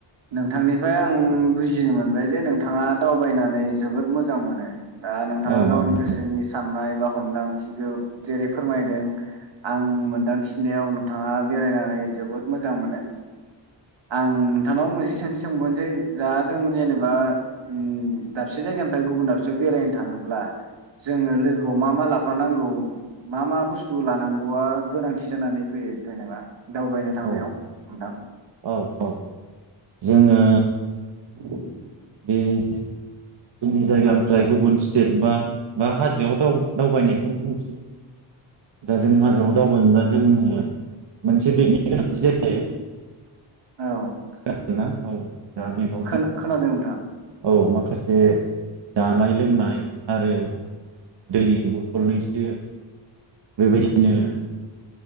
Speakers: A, on the right; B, on the right.
A: नोंथांनिफ्राय आं बुजिनो मोनबाय जे नोंथाङा दावबायनानै जोबोद मोजां मोनो। दा नोंथाङा
B: औ औ
A: गावनि गोसोनि साननाय बा हमदांथिखौ जेरै फोरमायदों आं मोनदांथिनायाव नोंथाङा बेरायनानै जोबोद मोजां मोनो। आं नोंथांनाव मोनसे सोंथि सोंबावनोसै जा जों जेनेबा उम दाबसे जायगानिफ्राय गुबुन दाबसेयाव बेरायनो थाङोब्ला जोङो लोगोआव मा मा लाफ फानांगौ मा मा बुस्थु लानांगौआ गोनांथि जानानै फैयो जेनेबा दावबायनो थांनायाव
B: औ
A: नोंथां?
B: औ औ औ जोङो
A: <inaudible>
B: बे जोंनि जायगानिफ्राय गुबुन स्टेट बा बा हाजोआव दाव-दावबायनायखौनो बुंसै। दा जों हाजोआव दावबायनोबा जोंनो मोनसे बेगनि गोनांथि जायो।
A: औ
B: खोनादों‌ ना? औ दा बेगाव
A: खोना-खोनादों नोंथां।
B: औ माखासे जानाय लोंनाय आरो दै बथलनैसो बेबायदिनो
A: उम